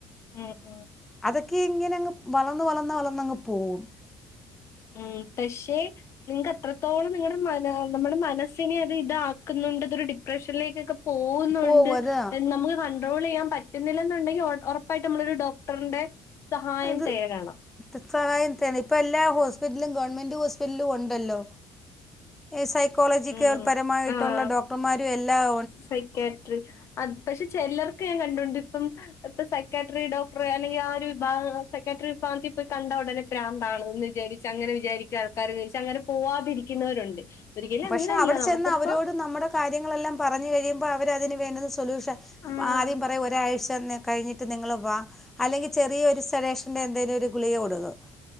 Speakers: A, on the left; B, in the centre.
A: ആഹ്
B: അതൊക്കെ ഇങ്ങനെങ്ങ് വളന്ന് വളന്ന് വളന്നങ്ങ് പോകും
A: ഉം പക്ഷെ നിങ്ങക്ക് അത്രത്തോളം നിങ്ങടെ മന നമ്മടെ മനസ്സിനെ അത് ഇതാക്കുന്നുണ്ട്തൊരു ഡിപ്രഷനിലേക്കൊക്കെ പോ പോവുന്നൊണ്ട്
B: പോകും
A: അയിന്
B: അത്
A: നമ്മക്ക് കണ്ട്രോള് ചെയ്യാൻ പറ്റുന്നില്ലന്നൊണ്ടെങ്കി ഒ ഒറപ്പായിട്ട് നമ്മളൊരു ഡോക്ടറിന്റെ സഹായം
B: ഇത്
A: തേടണം
B: സഹായം തേടണം ഇപ്പ എല്ലാ ഹോസ്പിറ്റലും ഗവൺമെന്റ് ഹോസ്പിറ്റലിലും ഒണ്ടല്ലോ സൈക്കോളജിക്കൽ
A: ഉം
B: പരമായിട്ടുള്ള
A: ആഹ്
B: ഡോക്ടർമാരും എല്ലാ വരും
A: സൈക്കാട്രി അത് പക്ഷെ ചിലർക്ക് ഞാൻ കണ്ടിട്ടുണ്ട് ഇപ്പം ഇപ്പൊ സൈക്കാട്രി ഡോക്ടറെ അല്ലെങ്കിൽ ആ ഒരു വിഭാഗം സൈക്കാട്രി വിഭാഗത്തിൽ ഇപ്പ കണ്ട ഉടനെ പ്രാന്താണോ എന്ന് വിചാരിക്കും അങ്ങനെ വിചാരിക്കുന്ന ആൾക്കാരിച്ച അങ്ങനെ പോവാതിരിക്കുന്നവരുണ്ട് ഒരിക്കലും
B: പക്ഷെ
A: അങ്ങനെയല്ല
B: അവിടെ
A: നമുക്കിപ്പ
B: ചെന്ന് അവരോട് നമ്മുടെ കാര്യങ്ങളെല്ലാം പറഞ്ഞു കഴിയുമ്പോ അവരതിനന് വേണ്ടുന്ന സൊല്യൂഷൻ
A: ആഹ്
B: ആദ്യം പറയും ഒരാഴ്ച തന്നെ കഴിഞ്ഞിട്ട് നിങ്ങള് വാ അല്ലെങ്കിൽ ചെറിയ ഒരു ജഡേഷന്റെ എന്തെങ്കിലും ഒരു ഗുളിക കൊടുക്കും